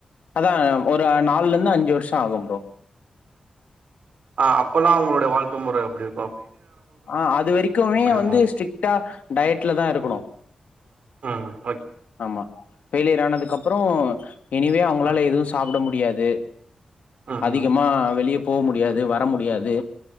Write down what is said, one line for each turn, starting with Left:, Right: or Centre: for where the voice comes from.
Left: அதா ஒரு நாலுல இருந்து அஞ்சு வருஷம் ஆகும் ப்ரோ
Right: ஆஹ் அப்பல்லா அவங்களுடைய வாழ்க் முற அப்டி இருக்
Left: ஆஹ் அது வரைக்குமே
Right: இருக்கு
Left: வந்து ஸ்ட்ரிட்டா டயட்லதா இருக்கணு
Right: ஆஹ்
Left: ஆமா ஃபெயிலியர் ஆனதுக்கு அப்புறோ எனிவே அவங்களால
Right: ம்
Left: எதுவு சாப்ட முடி டியாது
Right: ம்
Left: அதிகமா
Right: ம்
Left: வெளிய போவ முடியாது வர முடியாது